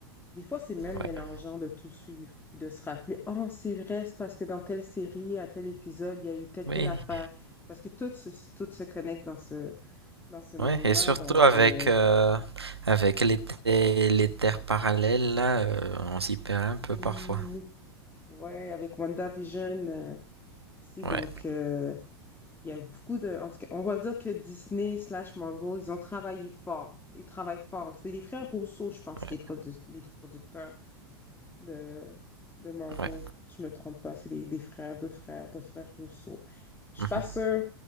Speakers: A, on the left; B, on the right.
A: Des fois, c'est même mélangeant
B: Ouais.
A: de tout suivre, puis de se rappeler, oh, c'est vrai, c'est parce que dans telle série, à tel épisode, il y a eu telle,
B: Oui,
A: telle affaire. Parce que tout se, tout se connecte dans ce, dans ce monde-là.
B: ouais, et surtout
A: Donc,
B: avec,
A: euh,
B: euh, avec les, te- les terres parallèles, là, euh, on s'y perd un peu
A: oui.
B: parfois.
A: Ouais, avec WandaVision euh, aussi.
B: Ouais,
A: Donc, euh, il y a beaucoup de. En tout cas, on va dire que Disney slash Marvel, ils ont travaillé fort. Ils travaillent fort. C'est les frères Rousseau, je pense,
B: ouais.
A: les, produ- les producteurs de, de Marvel.
B: ouais.
A: Je me trompe pas. C'est les, des frères, deux frères, deux frères Rousseau. Je
B: mhm,
A: suis pas sûre.